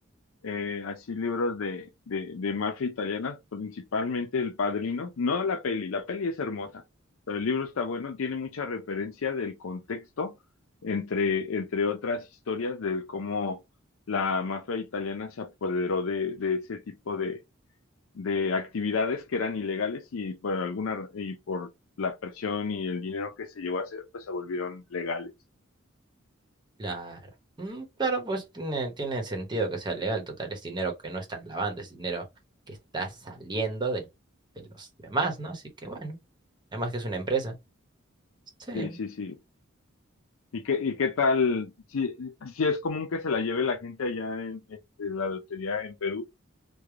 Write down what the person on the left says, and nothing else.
eh, así libros de, de, de mafia italiana, principalmente El Padrino, no la peli, la peli es hermosa, pero el libro está bueno, tiene mucha referencia del contexto, entre, entre otras historias de cómo la mafia italiana se apoderó de, de ese tipo de, de actividades que eran ilegales y por alguna, y por la presión y el dinero que se llevó a hacer, pues se volvieron legales.
Sí, sí, sí. ¿Y qué, y qué tal? Si, si es común que se la lleve la gente allá en este, la lotería en Perú.